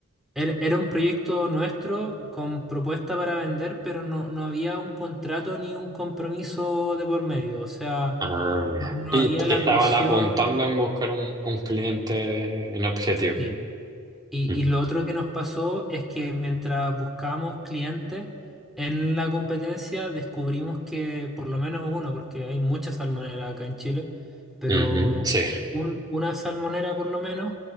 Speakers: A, in the centre; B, on the right.
A: era, era un proyecto nuestro con propuesta para vender, pero no, no había un contrato ni un compromiso de por medio. O sea,
B: Ah, ya.
A: no no
B: Y
A: había
B: t-
A: la
B: estaban
A: presión.
B: apuntando en buscar un, un cliente en objetivo.
A: Sí. Y,
B: Mm,
A: y lo otro que nos pasó es que mientras buscábamos clientes en la competencia, descubrimos que por lo menos uno, porque hay muchas salmoneras acá en Chile, pero
B: ujú, sí.
A: un- una salmonera por lo menos